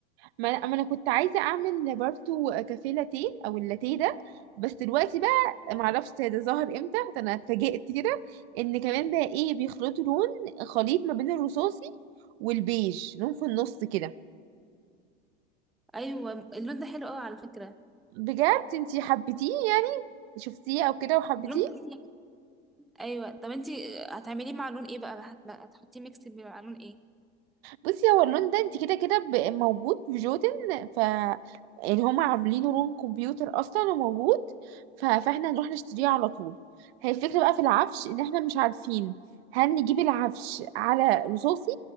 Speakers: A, on the right; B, in the centre.
A: ما انا ما أنا كنت عايزه اعمل برضو كافيه لاتيه او اللاتيه ده بس دلوقتي بقى معرفش ده ظهر امتى ده انا اتفاجئت كده ان كمان بقى ايه بيخلطوا لون خليط ما بين الرصاصي والبيج لون في النص كده
B: ايوه اللون ده حلو قوي على فكرة
A: بجد انتي حبيتيه يعني شفتيه او كده وحبيتيه
B: اللون ده جميل. ايوه طب انت هتعمليه مع لون ايه بقى هت- هتحطيه ميكس مع لون ايه
A: بصي هو اللون ده انت كده كده ب- موجود في جوتن ف يعني هما عاملينه لون كمبيوتر اصلا وموجود ف... فاحنا هنروح نشتريه على طول هي الفكرة بقى في العفش ان احنا مش عارفين هل نجيب العفش على رصاصي